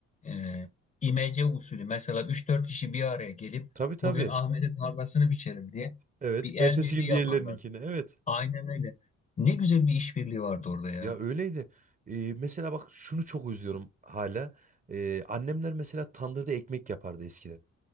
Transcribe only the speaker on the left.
Ee, imece usulü mesela üç dört kişi bir araya gelip
bugün Ahmet'in tarlasını biçelim diye
bir el
birliği
yaparlardı.
Aynen öyle. Ne güzel bir işbirliği vardı orada ya.